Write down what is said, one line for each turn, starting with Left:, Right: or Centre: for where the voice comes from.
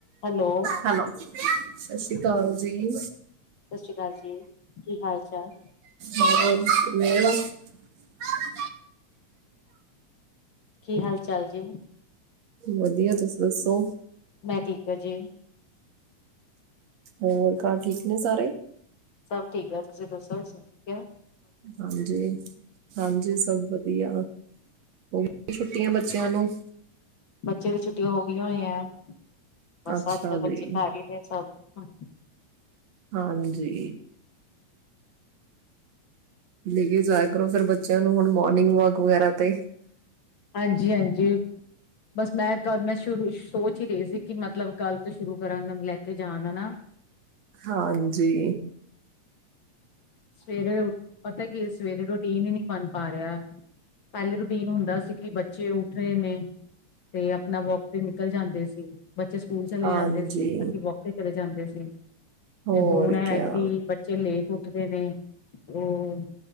Left: ਹੈਲੋ,
Right: ਹੈਲੋ ਸਤਿ ਸ੍ਰੀ ਅਕਾਲ ਜੀ
Left: ਸ੍ਰੀ ਅਕਾਲ ਜੀ। ਕੀ ਹਾਲ ਚਾਲ,
Right: ਹੋਰ ਕਿਵੇਂ ਹੋਰ
Left: ਕੀ ਹਾਲ ਚ ਚਾਲ ਜੀ
Right: ਵਧੀਆ। ਤੁਸੀ ਦੱਸੋ?
Left: ਮੈਂ ਠੀਕ ਹ ਜੀ
Right: ਹੋਰ ਘਰ ਠੀਕ ਨੇ ਸਾਰੇ?
Left: ਸਭ ਠੀਕ ਹੈ ਤੁਸੀਂ ਦੱਸੋ ਸਬ ਠੀਕ ਹੈ।
Right: ਹਾਂਜੀ -ਹਾਂਜੀ ਸਭ ਵਧੀਆ। ਹ ਛੁੱਟੀਆਂ ਬੱਚਿਆਂ ਨੂੰ
Left: ਬੱਚੇ ਦੀ ਛੁੱਟੀਆਂ ਹੋ ਗਈਆਂ ਹੋਈਆਂ ਬਸ
Right: ਅੱਛਾ
Left: ਅੱਜ ਕੱਲ
Right: ਜੀ
Left: ਬੱਚੇ ਘ ਹੀ ਨੇ ਸਭ ਹਾਂ
Right: ਹਾਂਜੀ। ਲੈ ਕੇ ਜਾਇਆ ਕਰੋ, ਫਿਰ ਬੱਚਿਆਂ ਨੂੰ ਹੁਣ ਮੋਰਨਿੰਗ ਵਾਕ ਵਗੈਰਾ ਤੇ
Left: ਹਾਂਜੀ -ਹਾਂਜੀ ਬਸ ਮੈਂ ਕੱਲ ਮੈਂ ਸ਼ੁਰੂ ਸੋਚ ਹੀ ਰਹੀ ਸੀ ਕਿ ਮਤਲਬ ਕੱਲ ਤੋਂ ਸ਼ੁਰੂ ਕਰਾਂ ਲੈ ਕੇ ਜਾਣਾ ਨਾ
Right: ਹਾਂਜੀ।
Left: ਸਵੇਰੇ ਉੱਠ ਪਤਾ ਕਿ ਸਵੇਰੇ ਰੋਟੀ ਨ ਨੀ ਬਣ ਪਾ ਰਿਹਾ ਪਲੇੇ ਰੁਟੀ ਨ ਹੁੰਦਾ ਸੀ ਕਿ ਬੱਚੇ ਉੱਠ ਰਹੇ ਨੇ ਤੇ ਆਪਣਾ ਵੋਕ ਤੇ ਨਿਕਲ ਜਾਂਦੇ ਸੀ। ਬੱਚੇ ਸਕੂਲ ਚਲੇ
Right: ਹਾਂਜੀ
Left: ਜਾਂਦੇ ਸੀ ਅਸੀਂ ਵੋਕੇ ਕਰੇ ਜਾਂਦੇ ਸੀ। ਜੀ
Right: ਹੋਰ
Left: ਤੇ ਹੁਣ ਹੈ
Right: ਕਿਆ
Left: ਕਿ ਬੱਚੇ ਲੇਟ ਹੋ ਨੇ ਉਹ